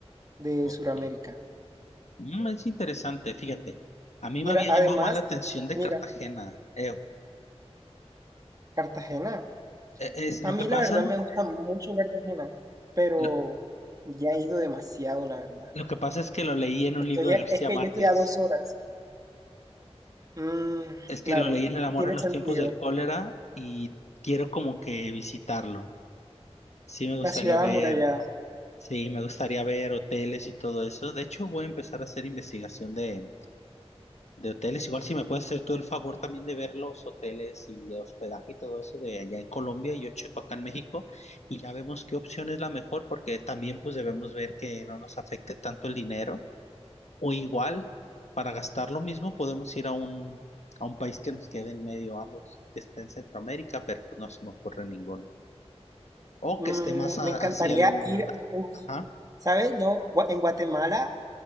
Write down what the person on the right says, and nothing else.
de
Sudamérica.
Mira,
además,
mira,
Cartagena.
A
mí
la verdad me gusta mucho Cartagena, pero
ya he ido demasiado, la verdad.
Estoy
a-
es que
yo estoy a dos horas. Mm,
claro,
tiene
sentido.
La ciudad
amurallada.
Mm,
me encantaría
ir, uf,
¿sabes? No, Gua- en Guatemala,